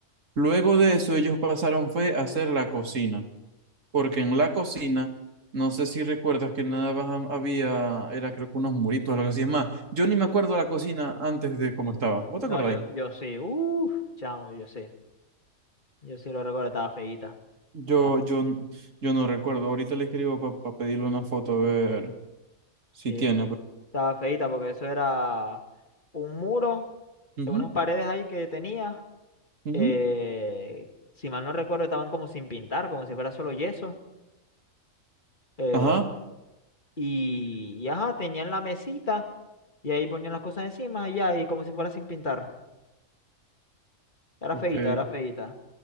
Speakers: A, on the right; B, on the left.
A: Luego de eso, ellos pasaron fue a hacer la cocina, porque en la cocina, no sé si recuerdas que nada más había, era creo que unos muritos, algo así. Es más, yo ni me acuerdo la cocina antes de cómo estaba. ¿Vos te
B: No,
A: acordáis?
B: yo, yo sí, uff, chamo, yo sí. Yo sí lo recuerdo, estaba feíta.
A: Yo,
B: Estaba,
A: yo, yo no recuerdo. Ahorita le escribo para pedirle una foto a ver Sí
B: sí,
A: tiene, pues.
B: estaba feíta porque eso era un muro,
A: Ujú,
B: unas paredes ahí que tenía.
A: ujú.
B: eh, si mal no recuerdo, estaban como sin pintar, como si fuera solo yeso. eh,
A: Ajá,
B: y, y ajá, tenían la mesita y ahí ponían las cosas encima y ya, y como si fuera sin pintar. Era
A: ok.
B: feíta, era feíta.